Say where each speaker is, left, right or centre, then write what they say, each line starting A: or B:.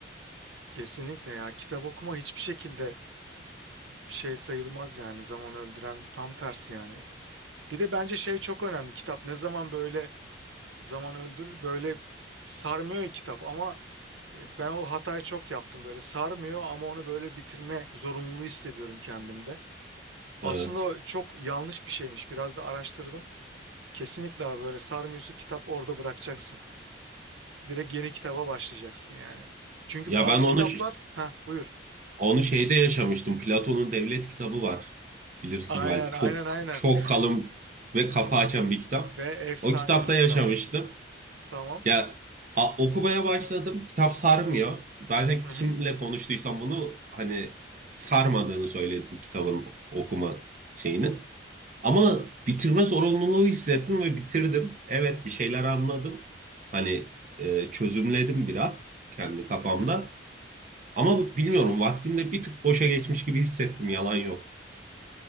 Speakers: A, on the right; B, on the right.
A: Kesinlikle ya. Kitap okuma hiçbir şekilde şey sayılmaz yani. Zaman öldüren tam tersi yani. Bir de bence şey çok önemli. Kitap ne zaman böyle zaman öldürür böyle sarmıyor ya kitap ama E, Ben o hatayı çok yaptım böyle sarmıyor ama onu böyle bitirme zorunluluğu hissediyorum kendimde. Aslında
B: Evet.
A: o çok yanlış bir şeymiş. Biraz da araştırdım. Kesinlikle abi böyle sarmıyorsa kitap orada bırakacaksın. Direkt yeni kitaba başlayacaksın yani. Çünkü
B: Ya
A: bazı
B: ben onu
A: kitaplar ha buyur.
B: onu şeyde yaşamıştım. Platon'un Devlet kitabı var. Bilirsin
A: Aynen
B: belki. Çok
A: aynen aynen.
B: çok
A: <laughs>
B: kalın ve kafa açan bir kitap.
A: Ve efsane
B: O kitapta
A: bir kitap.
B: yaşamıştım.
A: Tamam.
B: Ya a- okumaya başladım. Kitap sarmıyor. Zaten
A: Hı
B: kimle
A: hı.
B: konuştuysam bunu hani sarmadığını söyledi bu kitabın okuma şeyini. Ama bitirme zorunluluğu hissettim ve bitirdim. Evet bir şeyler anladım. Hani e, çözümledim biraz kendi kafamda.
A: Hı hı.
B: Ama bu- bilmiyorum vaktimde bir tık boşa geçmiş gibi hissettim yalan yok.